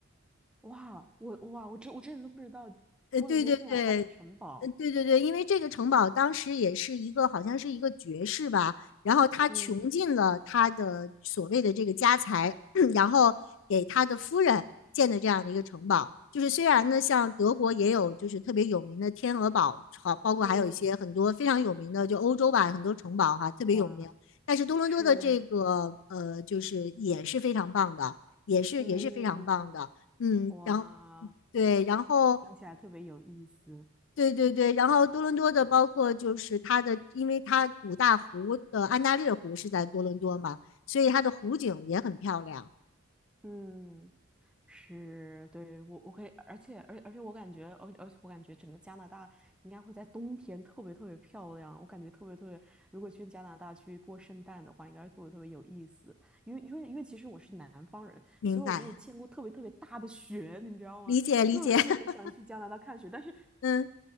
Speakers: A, in the centre; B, on the left (about 65°).
A: 哇，我哇，我之我之前都不知道多伦多竟然还有城堡。
B: 呃，对对对，呃，对对对，因为这个城堡当时也是一个，好像是一个爵士吧，然后他穷尽了他的所谓的这个家财，
A: 嗯
B: <clears throat> 然后给他的夫人建的这样的一个城堡。就是虽然呢，像德国也有就是特别有名的天鹅堡，好，包括还有一些很多非常有名的，
A: 嗯，
B: 就欧洲吧，很多城堡哈，特别有名。
A: 哇，
B: 但是多伦多的这个呃，
A: 是，
B: 就是也是非常棒的，也是也是非常棒的。
A: 嗯，
B: 嗯，
A: 哇，
B: 然后对，然后
A: 听起来特别有意思。
B: 对对对，然后多伦多的包括就是它的，因为它五大湖的安大略湖是在多伦多嘛，所以它的湖景也很漂亮。
A: 嗯。是，对，我我可以，而且而且，而且我感觉，而而且我感觉整个加拿大应该会在冬天特别特别漂亮。我感觉特别特别，如果去加拿大去过圣诞的话，应该是特别特别有意思。因为因为因为其实我是南方人，
B: 明白，
A: 所以我没有见过特别特别大的雪，你知道吗？
B: 理解理解，
A: 特别特别想去加拿大看雪，
B: <laughs>
A: 但是
B: 嗯。